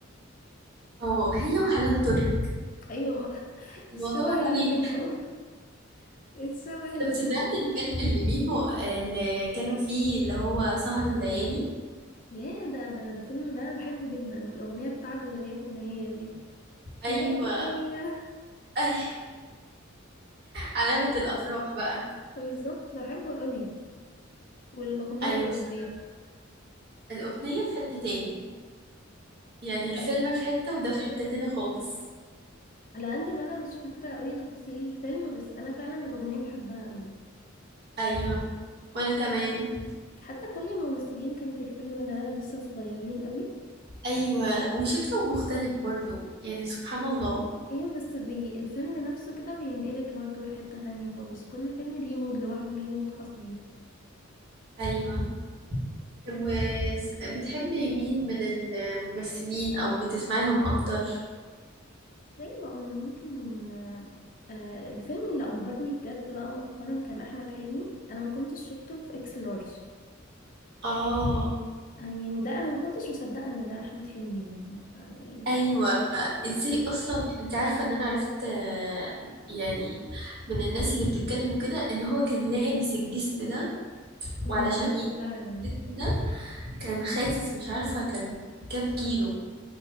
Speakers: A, on the right; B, on the left.
A: اه هي وحنان ترك
B: ايوه ما- <laughs>
A: الموضوع
B: الشبه اللي
A: غريب
B: بينهم الشبه اللي
A: طب سمعت
B: بينهم
A: الفيلم اللي ميمو اللي كانوا فيه اللي هو سهر الليالي
B: ياه ده ده ده فيلم ده أنا بحبه جدا والأغنية بتاعته اللي هي في النهاية دي
A: ايوه
B: يا يا يا
A: أي... علامه الافراح بقى
B: <laughs> بالظبط بحبه قوي والأغنية
A: ايوه
B: بالذات
A: بصراحه الاغنيه في حته تاني يعني الفيلم في حته وده في حته تاني خالص
B: على قد ما أنا مش فاكرة قوي تفاصيل الفيلم بس أنا فعلا الأغنية بحبها قوي
A: ايوه وانا كمان
B: حتى كل الممثلين كانوا في الفيلم ده لسه صغيرين قوي
A: ايوه وشكله مختلف برضو يعني سبحان الله
B: ايوه بس بي الفيلم نفسه كده بينقلك برضه لحتة تانية خالص كل فيلم ليه مود لوحده وليه مود خاص بيه
A: ايوه طب وبتحبي مين من الممثلين او بتسمعي لهم اكتر
B: زي ما قلنا ممكن آه، آه، الفيلم اللي أبهرني بجد بقى مؤخرا كان أحمد حلمي أنا ما كنتش شفته في إكس لارج
A: اه
B: آه، يعني ده أنا ما كنتش مصدقة إن ده أحمد حلمي يعني ف- يعني
A: ايوه ازاي اصلا انت عارفه ان انا عرفت آه، يعني من الناس اللي بتتكلم وكده ان هو كان لابس الجسم ده
B: أنا
A: وعلشان
B: انبهرت
A: يلبس
B: فعلا
A: الجسم ده كان خاسس مش عارفه كان كام كيلو